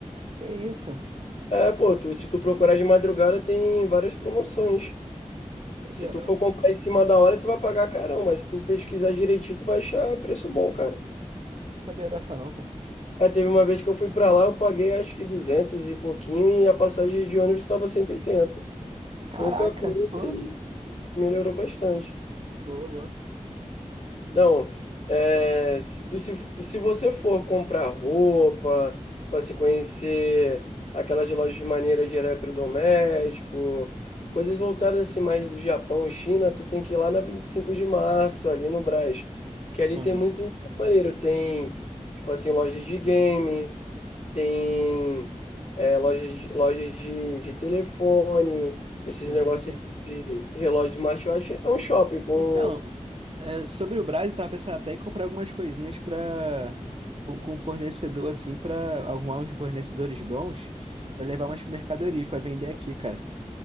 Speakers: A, on the right; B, on the left.
A: Que isso? Não
B: É, pô, tu, se tu procurar de madrugada, tem várias promoções.
A: Sabia
B: Se tu
A: não.
B: for comprar em cima da hora, tu vai pagar carão, mas se tu pesquisar direitinho, tu vai achar preço bom, cara.
A: Não sabia dessa não, cara.
B: É, teve uma vez que eu fui pra lá, eu paguei acho que 200 e pouquinho e a passagem de ônibus estava 180.
A: Caraca,
B: Pouca coisa
A: pô.
B: e melhorou bastante.
A: Boa, boa. Hum,
B: Então, é, se, tu, se, se você for comprar roupa, tipo assim, conhecer aquelas lojas maneiras de eletrodoméstico, coisas voltadas assim mais do Japão, China, tu tem que ir lá na 25 de março, ali no Brás, que ali
A: Uhum.
B: tem muito lugar maneiro, tem, tipo assim, lojas de game, tem é, lojas, de- lojas de, de telefone, esses
A: Sim,
B: negócios
A: sim.
B: aqui de relógio smartwatch, é um shopping com
A: Então, é, sobre o Brás, eu tava pensando até em comprar algumas coisinhas pra com, com fornecedor assim, pra arrumar uns fornecedores bons, pra levar umas mercadorias pra vender aqui, cara.